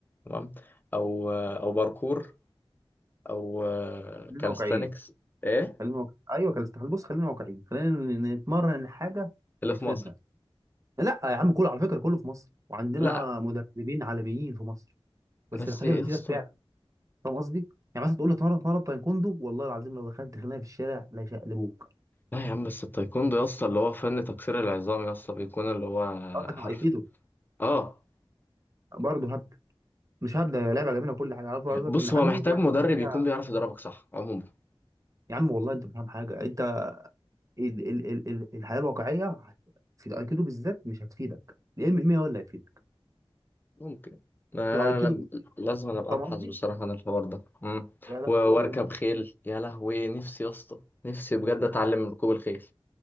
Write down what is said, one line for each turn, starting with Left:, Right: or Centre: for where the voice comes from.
Left: تمام او آه، او باركور او آه،
Right: خلينا
Left: كاليستانكس
Right: واقعيين
Left: ايه
Right: خلينا واقع... ايوه كان استحال بص خلينا واقعيين خلينا ن- نتمرن حاجه اللي
Left: اللي في
Right: تفيدنا
Left: مصر
Right: لا يا عم كله على فكره كله في مصر وعندنا
Left: لا
Right: مدربين عالميين في مصر بس
Left: بس
Right: الحاجه
Left: يا
Right: اللي تفيدك
Left: اسطى
Right: فعلا فاهم قصدي يعني مثلا تقول لي اتمرن اتمرن تايكوندو والله العظيم لو دخلت خناقه في الشارع لا يشقلبوك
Left: لا يا عم بس التايكوندو يا اسطى اللي هو فن تكسير العظام يا اسطى بيكون اللي هو
Right: قصدك
Left: حرف
Right: على ايكيدو
Left: اه
Right: برضه هبدا مش هبدا هي لعبه جميله وكل حاجه عايز اقول لك
Left: بص
Right: ان عمي
Left: هو محتاج
Right: واخد
Left: مدرب
Right: فيها-
Left: يكون بيعرف يضربك صح عموما
Right: يا عم والله انت مش فاهم حاجه انت ال ال ال ال الحياه الواقعيه في الايكيدو بالذات مش هتفيدك الام ام هو اللي هيفيدك
Left: ممكن انا
Right: في الايكيدو
Left: أنا لم-
Right: بالذات
Left: لازم أنا ابقى
Right: فاهم
Left: ابحث
Right: قصدي؟
Left: بصراحه عن الحوار ده مم.
Right: لا لا
Left: و- واركب
Right: والله مهم
Left: خيل يا لهوي نفسي يا اسطى نفسي بجد اتعلم
Right: اه
Left: ركوب الخيل